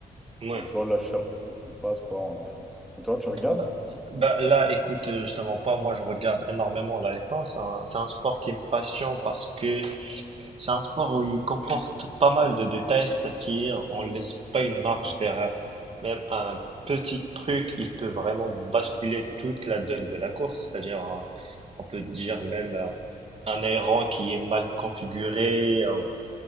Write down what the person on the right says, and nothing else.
Ouais.
Bah, bah, là, écoute, euh, je te mens pas, moi je regarde énormément la F1, c'est un, c'est un sport qui me passionne parce que c'est un sport où il comporte pas mal de détails, c'est-à-dire on laisse pas une marge d'erreur. Même un petit truc, il peut vraiment basculer toute la donne de la course, c'est-à-dire un- on peut dire même euh, un aileron qui est mal configuré, euh,